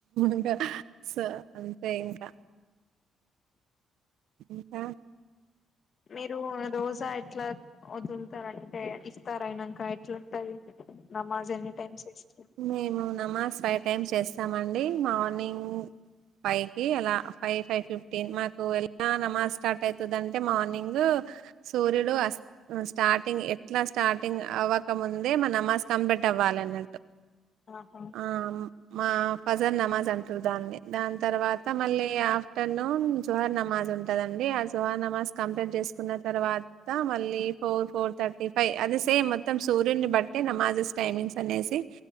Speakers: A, on the right (about 80°); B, on the left (about 50°).
A: ఇంకా స అంతే ఇంకా ఇంకా
B: మీరు రోజా ఎట్లా వదులుతారంటే ఇస్తార అయినంక ఎట్లుంటది. నమాజ్ ఎన్ని టైమ్స్ చేస్
A: మేము నమాజ్ ఫైవ్ టైమ్స్ చేస్తామండి మార్నింగ్ ఫైవ్ కి అలా ఫైవ్ ఫైవ్ ఫిఫ్టీన్ మా ఎలా నమాజ్ స్టార్ట్ అయితది అంటే మార్నింగ్ సూర్యుడు అస్ స్టార్టింగ్ ఎట్లా స్టార్టింగ్ అవ్వకముందే మన నమాజ్ కంపెట్ అవ్వాల అన్నట్టు.
B: ఆహా
A: ఆ మా ఫజర్ నమాజ్ అంటారు దాన్ని దాన్ తర్వాత మళ్ళీ ఆఫ్టర్నూన్ జుహార్ నమాజ్ ఉంటదండి ఆ జుహర్ నమాజ్ కంపెట్ చేసుకున్న తర్వాత మళ్ళీ ఫోర్ ఫోర్ థర్టీ ఫైవ్ అది సేమ్ మొత్తం సూర్యుని బట్టే నమాజెస్ టైమింగ్స్ అనేసి